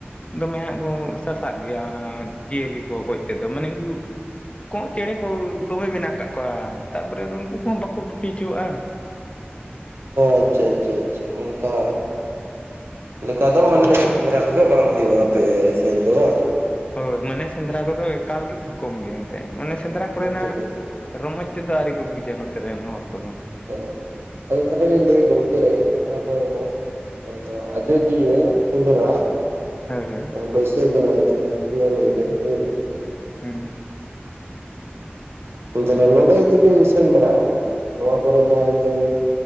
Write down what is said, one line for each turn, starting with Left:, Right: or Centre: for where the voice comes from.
Left: ᱫᱚᱢᱮ ᱦᱟᱸᱜ ᱠᱚ ᱥᱟᱥᱟᱵ ᱜᱮᱭᱟ ᱚᱱᱟ ᱡᱤᱭᱟᱹᱞᱤ ᱠᱚ ᱜᱚᱡ ᱛᱮᱫᱚ ᱢᱟᱱᱮ ᱠᱚᱸᱜ ᱪᱮᱬᱮ ᱠᱚ ᱫᱚᱢᱮ ᱢᱮᱱᱟᱜ ᱠᱟᱜ ᱠᱚᱣᱟ ᱛᱟᱯᱚᱨᱮ ᱩᱱᱠᱩ ᱠᱩᱦᱚᱸ ᱵᱟᱠᱚ ᱴᱩᱴᱤ ᱩᱪᱩᱣᱟᱜ-ᱟ
Right: ᱟᱪᱪᱷᱟ ᱟᱪᱪᱷᱟ ᱟᱪᱷᱟ ᱚᱱᱠᱟ ᱞᱮᱠᱟ ᱫᱚ ᱢᱟᱱᱮ ᱥᱮᱸᱫᱽᱨᱟ ᱠᱚᱫᱚ ᱵᱟᱝ ᱦᱩᱭᱩᱜ-ᱟ ᱟᱯᱮ ᱥᱤᱱ ᱫᱚ ᱵᱟᱝ?
Left: ᱦᱳᱭ ᱢᱟᱱᱮ ᱥᱮᱸᱫᱽᱨᱟ ᱠᱚᱫᱚ ᱮᱠᱟᱞ ᱜᱮ ᱛᱷᱩᱠᱩᱢ ᱜᱮ ᱮᱱᱛᱮ ᱢᱟᱱᱮ ᱥᱮᱸᱫᱽᱨᱟ ᱠᱚᱨᱮᱱᱟᱜ
Right: ᱚᱱᱛᱮ
Left: ᱨᱚᱢᱚᱡᱽᱛᱮ ᱫᱚ ᱟᱹᱣᱨᱤᱠᱚ ᱵᱩᱡᱟ ᱱᱚᱛᱮᱨᱮᱱ ᱦᱚᱲ ᱠᱩ ᱫᱚ
Right: ᱛᱚ ᱟᱫᱚ ᱛᱚᱵᱮ ᱞᱤᱧ ᱞᱟᱹᱭ <inaudible> ᱱᱚᱶᱟ ᱫᱚ ᱟᱡ ᱟᱡᱚᱫᱤᱭᱟᱹ ᱥᱮᱸᱫᱽᱨᱟ
Left: ᱦᱮᱸ ᱦᱮᱸ
Right: ᱵᱟᱹᱭᱥᱟᱹᱠ ᱠᱷᱟᱱᱟᱜ <inaudible> ᱞᱟᱹᱭᱫᱟᱭ ᱞᱟᱹᱭᱮᱜ-ᱟᱭ
Left: ᱦᱩᱸ ᱦᱩᱸ
Right: <inaudible> ᱱᱚᱸᱰᱮ ᱡᱩᱫᱤᱵᱮᱱ ᱥᱮᱱ ᱵᱟᱲᱟ ᱟᱠᱟᱱᱟ ᱱᱚᱣᱟ ᱠᱚᱨᱮ ᱢᱟ ᱮᱠᱫᱚᱢ